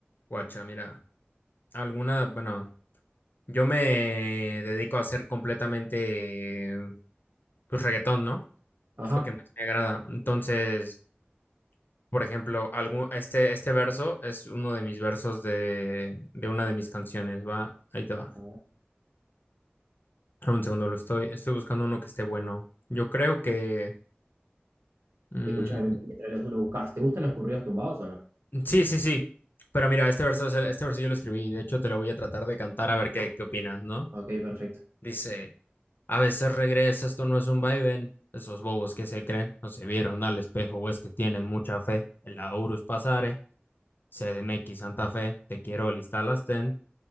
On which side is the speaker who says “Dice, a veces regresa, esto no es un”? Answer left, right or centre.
Left